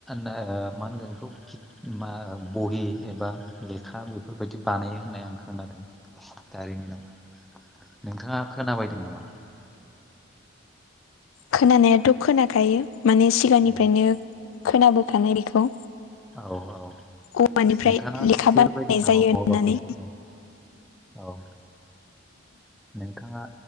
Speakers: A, in the centre; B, on the left (about 80°).
A: मा होनगोन बेखौ मा बहि एबा लेखा बेफोरबायदि बानायो होननाय आं खोनादों जारिमिनाव नोंथाङा खोनाबायदों नामा?
B: खोनानायाथ' खोनाखायो माने सिगांनिफ्रायनो
A: औ
B: खोनाबोखानाय बेखौ
A: औ औ
B: औवानिफ्राय
A: नोंथाङा
B: लेखा
A: नोंसेर
B: बानायनाय
A: बायदों नामा
B: जायो होननानै
A: बहाबाफोर औ औ नोंथाङा